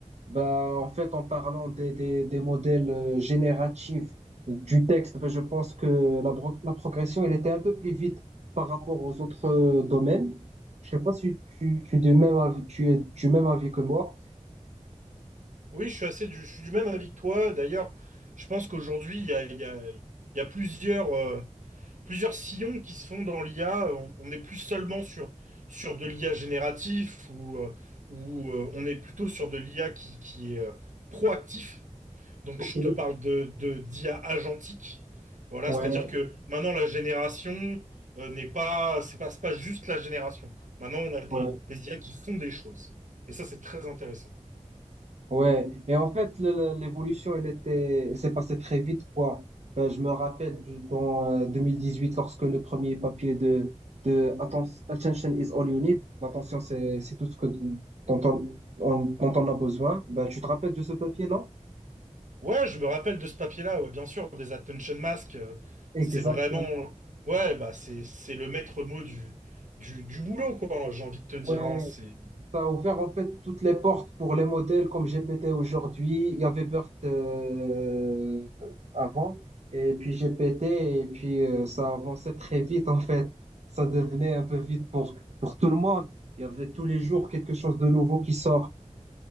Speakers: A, on the right; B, on the right.
A: Bah, en fait, en parlant des, des, des modèles euh, génératifs euh, du texte, bah, je pense que la, bro- la progression, elle était un peu plus vite par rapport aux autres euh, domaines. Je sais pas si tu, tu, es du même avis, tu es du même avis que moi.
B: Oui, je suis assez du, je suis du même avis que toi. D'ailleurs, je pense qu'aujourd'hui il y a, il y a- il y a plusieurs, euh, plusieurs sillons qui se font dans l'IA. On on n'est plus seulement sur, sur de l'IA génératif ou, euh, ou, euh, on est plutôt sur de l'IA qui, qui est euh, proactif. Donc
A: Ok.
B: je te parle de, de, d'IA agentique. Voilà,
A: Ouais,
B: c'est-à-dire que maintenant la génération euh, n'est pas, c'est pas, c'est pas juste la génération. Maintenant on a des,
A: ouais.
B: des IA qui font des choses. Et ça c'est très intéressant.
A: Ouais, et en fait, le- le- l'évolution, elle était, elle s'est passée très vite, quoi. Euh, je me rappelle du- dans euh, 2018, lorsque le premier papier de, de Atten- Attention is all you need, l'attention, c'est, c'est tout ce que, dont on, on- dont on a besoin. Bah, tu te rappelles de ce papier, non?
B: Ouais, je me rappelle de ce papier-là, ouais, bien sûr, des attention masks. euh,
A: Exactement.
B: c'est vraiment, ouais, bah c'est, c'est le maître mot du, du, du boulot quoi. J'ai envie de te dire,
A: Ouais,
B: hein, c'est,
A: Ça a ouvert en fait toutes les portes pour les modèles comme GPT aujourd'hui. Il y avait BERT euh, avant, et puis GPT, et puis euh, ça avançait très vite en fait. Ça devenait un peu vite pour, pour tout le monde. Il y avait tous les jours quelque chose de nouveau qui sort.